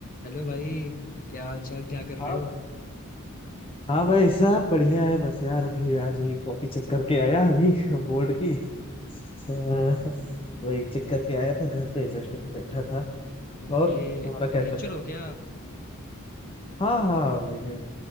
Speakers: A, on the left; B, on the left.
A: हेलो भाई क्या हाल चाल क्या कर रहे
B: हाँ
A: हो
B: हाँ भाई साहब बढ़िया है बस यार अभी आज ही कॉपी चेक करके आया अभी बोर्ड की अह, वही चेक करके आया था घर पे जस्ट बैठा था
A: तो आप
B: और
A: ये
B: तुम्हारा क्या
A: टीचर
B: चल रहा
A: हो क्या आप
B: है हाँ हाँ वही है